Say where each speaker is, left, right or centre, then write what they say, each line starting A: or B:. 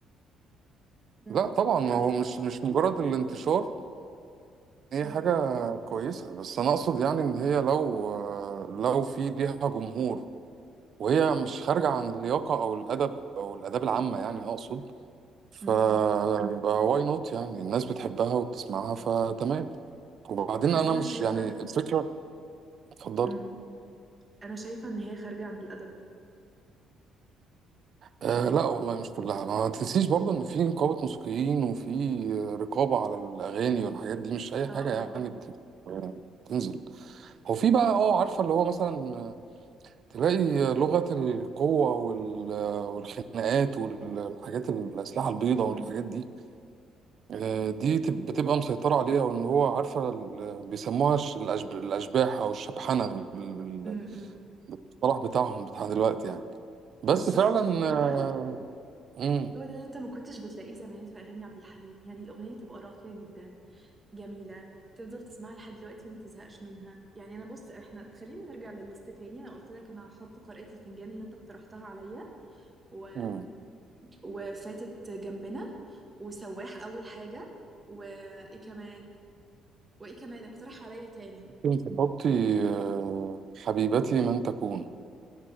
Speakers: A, on the right (about 15°); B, on the right (about 45°).
A: مم.
B: لا طبعا
A: ايه
B: هو
A: رأيك
B: مش مش مجرد الانتشار هي
A: مم.
B: حاجة كويسة بس أنا أقصد يعني إن هي لو لو في ليها جمهور وهي مش خارجة عن اللياقة أو الأدب أو الآداب العامة يعني أقصد فيبقى
A: مم.
B: واي نوت يعني الناس بتحبها وبتسمعها فتمام وبعدين
A: بس
B: أنا
A: انا
B: مش
A: شايفه
B: يعني الفكرة اتفضلي
A: مم. انا شايفه ان هي خارجه عن الادب
B: آه
A: يعني
B: لا والله مش كلها ما تنسيش برضو إن في نقابة موسيقيين وفي رقابة على الأغاني والحاجات دي مش أي
A: اه
B: حاجة
A: اه
B: يعني بت- بتنزل هو في بقى اه عارفة اللي هو مثلا تلاقي لغة القوة وال- والخناقات والحاجات الأسلحة البيضاء والحاجات
A: مم.
B: دي آه، دي تب- بتبقى مسيطرة عليها وإن هو عارفة ال- بيسموها الش- الأشب- الأشباح أو الشبحنة بال-
A: مم. مم.
B: بالصلاح بتاعهم بتاع دلوقتي يعني بس
A: بالظبط
B: فعلا
A: فهو
B: آه،
A: ده
B: مم،
A: هو ده اللي انت ما كنتش بتلاقيه زمان في اغاني عبد الحليم يعني الاغنيه تبقى راقيه جدا جميله تفضل تسمعها لحد دلوقتي وما تزهقش منها يعني انا بص احنا خلينا نرجع للليست تاني انا قلت لك انا هحط قارئة الفنجان اللي انت اقترحتها عليا و...
B: مم.
A: وفاتت جنبنا وسواح اول حاجه وايه كمان وايه كمان اقترح عليا تاني
B: ممكن تحطي آه، حبيبتي من تكون